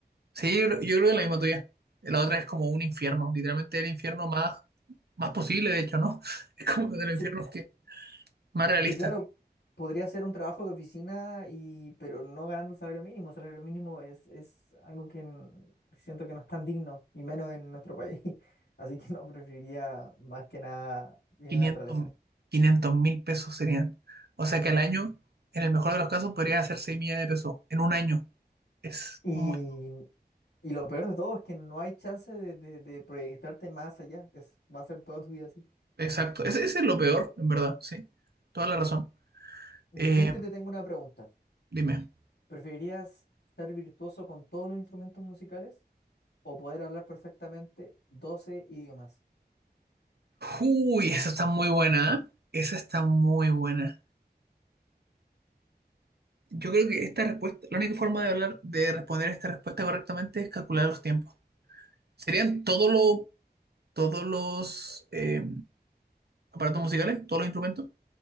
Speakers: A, on the right (about 70°); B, on the left (about 90°).
A: Sí, yo, creo- yo creo que la misma tuya. La otra es como un infierno, literalmente el infierno más, más posible, de hecho, ¿no? <laughs> Es como uno de los
B: Sí,
A: infiernos que más realista.
B: es que claro, podría ser un trabajo de oficina y pero no ganando el salario mínimo. El salario mínimo es, es algo que n- siento que no es tan digno, y menos en nuestro país. <laughs> Así que no, preferiría más que nada vivir
A: 500,
B: en la naturaleza.
A: 500 mil pesos serían. O sea que al año, en el mejor de los casos, podría hacer seis millones de pesos. En un año. Es
B: Y,
A: muy poco.
B: y lo peor de todo es que no hay chance de, de- de proyectarte más allá. Es, va a ser toda tu vida así.
A: Exacto. Ese, ese es lo peor, en verdad, sí. Toda la razón.
B: Yo,
A: Eh,
B: Cristian, te tengo una pregunta.
A: dime.
B: ¿Preferirías ser virtuoso con todos los instrumentos musicales o poder hablar perfectamente 12 idiomas?
A: Uy, esa está muy buena, ¿eh? Esa está muy buena. Yo creo que esta respuesta, la única forma de hablar, de responder esta respuesta correctamente es calcular los tiempos. ¿Serían todos los, todos los eh, aparatos musicales, todos los instrumentos?